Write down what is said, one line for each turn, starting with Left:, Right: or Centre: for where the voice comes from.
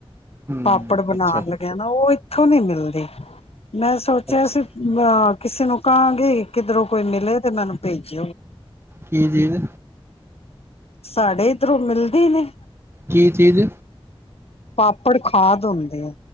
Right: ਹਮ,
Left: ਪਾਪੜ ਬਣਾਉਣ
Right: ਅੱਛਾ
Left: ਲੱਗਿਆ ਨਾ ਉਹ ਇਥੋਂ ਨਹੀ ਮਿਲਦੀ। ਮੈਂ ਸੋਚਿਆ
Right: ਅੱਛਾ
Left: ਸੀ, ਅ ਕਿਸੇ ਨੂੰ ਕਹਾਂਗੇ ਕਿੱਧਰੋਂ ਕੋਈ ਮਿਲੇ ਤੇ ਮੈਨੂੰ ਭੇਜ
Right: ਕੀ ਚੀਜ਼?
Left: ਸਾਡੇ ਇਧਰੋਂ ਮਿਲਦੇ ਨੇ।
Right: ਕੀ ਚੀਜ਼
Left: ਪਾਪੜ ਖਾਦ ਹੁੰਦੇ ਐ।